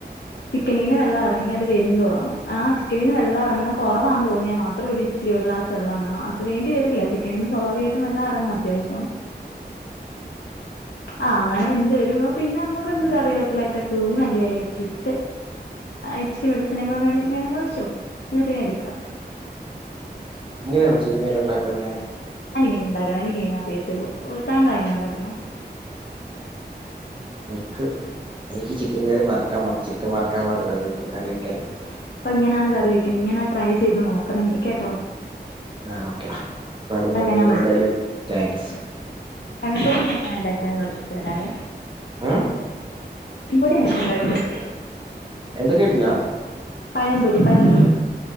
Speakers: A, on the left; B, on the right.
A: ചിക്കനീന്ന് വെള്ളംഎറങ്ങി അത് വെന്തൊടങ്ങു ആ ചിക്കനീന്ന് വെള്ളംറങ്ങ്ണ കുറവാന്ന്തോന്നിയാ മാത്രം മാത്രഒരുഇച്ചിരി ഒരു ഗ്ലാസ്‌ വെള്ളംകാണ അത് വേണ്ടിവരില്ല ചിക്കനീന്ന് സ്വാഭാവി ട്ടുംവെള്ളറങ്ങും അത്യാവിശ്യം ആഹ് അങ്ങനെ വെന്ത് വരുമ്പോ പിന്നെ നമ്മക്ക് എന്തുംകറിവേപ്പിലയൊക്കെ തൂകിമല്ലിയലേകിട്ട് ആഹ് ഇച്ചിരി വെളിച്ചെണ്ണയുകൂടെ വേണ വേണേങ്കി ഒഴിച്ചോ എന്നിട്ട് ഇങ്ങ്എടുക്ക
B: ഇങ്ങനെയണോ ചിക്കൻകറി ഉണ്ടാക്കുന്നേ
A: ഞാൻ ഇങ്ങനെയാ ഇണ്ടാക്ക എനിക്കിങ്ങനഅറിയത്തൊള്ളൂ താങ്കളങ്ങനെ ഉണ്ടാക്കുന്നേ
B: ഇൻക്ക് എനിക്ക് ചിക്കൻ കറി വറക്കാം മാചിക്കൻ വറക്കാൻ മാത്രഅറിയത്തൊള്ളൂ കറിവെക്കാൻ അറിയത്തില്ല
A: പ്പംഇങ്ങനാണ് കറിവെയ്ക്കുന്നേ ഇങ്ങനെ ട്രൈചെയ്ത് നോക്കണേ എനിക്കാട്ടോ
B: ആ ഓക്കേടാ പറഞ്ഞു
A: ഉണ്ടാക്കാൻ
B: തന്നതിന്
A: ഞാൻ പഠിപ്പിച്ചു
B: എന്തായാലും ടേങ്ക്സ്
A: തരാം പഴംപൊരി പിന്നെ എങ്ങനെഇണ്ടാക്ക്ണേന്ന് പഠിപ്പിച്ച്തരാവേ
B: ഏഹ്
A: പഴംപൊരി എങ്ങനെ ഇണ്ടാകുന്നതന്ന് പഠിപ്പിച്ച്
B: എന്ത കേട്ടില്ല
A: പഴംപൊരി പഴംപൊരി